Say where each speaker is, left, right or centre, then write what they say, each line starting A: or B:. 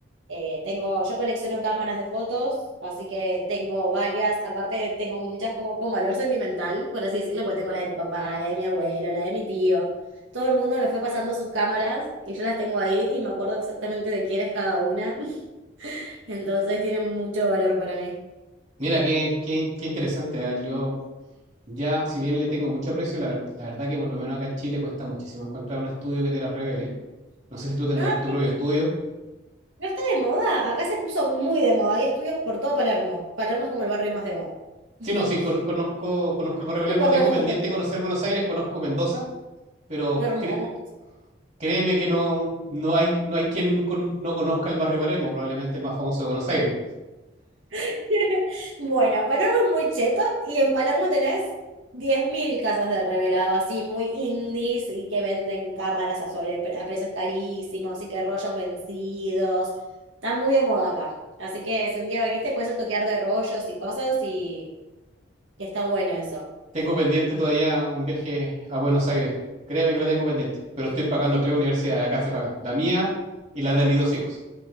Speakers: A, on the right; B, on the right.
A: Eh, tengo, yo colecciono cámaras de fotos, así que tengo varias, aparte tengo muchas como con valor sentimental, por así decirlo, porque tengo la de mi papá, la de mi abuelo, la de mi tío. Todo el mundo me fue pasando sus cámaras y yo las tengo ahí y me acuerdo exactamente de quién es cada una, <laughs> entonces tienen mucho valor para mí.
B: Mira, qué, qué, qué interesante. ¿eh? Yo ya, si bien le tengo mucho aprecio, la, ver- la verdad que por lo menos acá en Chile cuesta muchísimo encontrar un estudio que te las revele. No sé si tú tendrás
A: No,
B: tu
A: sí,
B: propio estudio.
A: no está de moda, acá se puso muy de moda, hay estudios por todo Palermo. Palermo es como el barrio más de moda. <laughs>
B: Sí, no, sí, con- conozco, conozco el barrio de Palermo,
A: Por
B: tengo
A: las
B: pendiente
A: dudas.
B: conocer Buenos Aires, conozco Mendoza, pero
A: Qué hermoso.
B: cre- créeme que no, no hay, no hay quien con- no conozca el barrio de Palermo, probablemente el más famoso de Buenos Aires.
A: <laughs> Bueno, Palermo es muy cheto y en Palermo tenés 10.000 casas de revelado, así muy indies y que venden cámaras a, sobre, a precios carísimos y que rollos vencidos. Está muy de moda acá. Así que si un día veniste, puedes estoquear de rollos y cosas y, y está bueno eso.
B: Tengo pendiente todavía un viaje a Buenos Aires, créeme que lo tengo pendiente, pero estoy pagando tres universidades, acá se pagan, la mía y la de mis dos hijos.